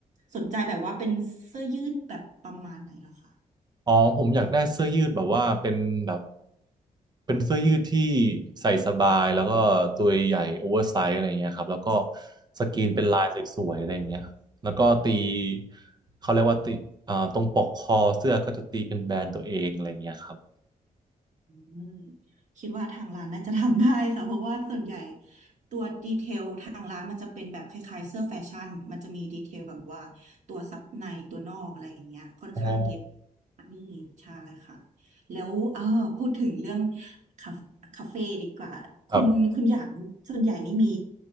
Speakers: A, on the right; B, on the right.
A: สนใจแบบว่าเป็นเสื้อยืดแบบประมาณไหนเหรอคะ
B: อ๋อผมอยากได้เสื้อยืดแบบว่าเป็นแบบเป็นเสื้อยืดที่ใส่สบายแล้วก็ตัวใหญ่โอเวอร์ไซส์อะไรเงี้ยครับแล้วก็สกรีนเป็นลายสวยๆอะไรเงี้ยแล้วก็ตีเขาเรียกว่าตีอ่าตรงปกคอเสื้อก็จะตีเป็นแบรนด์ตัวเองอะไรเงี้ยครับ
A: อืมคิดว่าทางร้านน่าจะทำได้ค่ะเพราะว่าส่วนใหญ่ตัวดีเทลทางร้านมันจะเป็นแบบคล้ายๆเสื้อแฟชั่นมันจะมีดีเทลแบบว่าตัวซับในตัวนอกอะไรอย่างเงี้ยค่อนข้างเย็บ
B: อ๋อ
A: นี่ใช่ค่ะแล้วเออพูดถึงเรื่องคาคาเฟ่ดีกว่าคุณคุณอย่างส่วนใหญ่นี่มี
B: ครับ